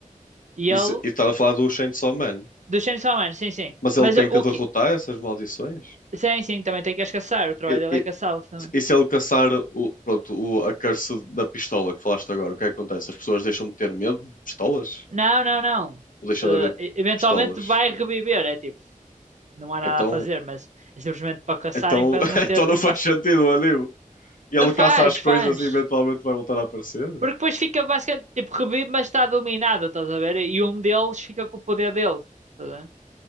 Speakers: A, on the right; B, on the left.
A: E
B: Isso,
A: ele,
B: e estás a falar do Chainsaw Man.
A: do Chainsaw Man, sim, sim.
B: Mas ele
A: Mas
B: tem
A: o
B: que
A: o
B: derrotar
A: que.
B: essas maldições?
A: Sim, sim, também tem que as caçar. O trabalho
B: E,
A: dele
B: e-
A: é caçá-los também.
B: e se ele caçar o, pronto, o, a curse da pistola que falaste agora, o que é que acontece? As pessoas deixam de ter medo de pistolas?
A: Não, não, não.
B: Ou deixam
A: Eh,
B: de haver
A: e- eventualmente
B: pistolas?
A: vai reviver. É tipo. não há nada
B: Então,
A: a fazer, mas é simplesmente para caçarem
B: então,
A: para
B: <laughs>
A: ele não ter
B: então não
A: de massa.
B: faz sentido o anime. E Ele
A: Faz,
B: caça as
A: faz.
B: coisas e eventualmente vai voltar a aparecer?
A: Porque depois fica basicamente tipo revive, mas está dominado, estás a ver? E um deles fica com o poder dele. Estás a ver?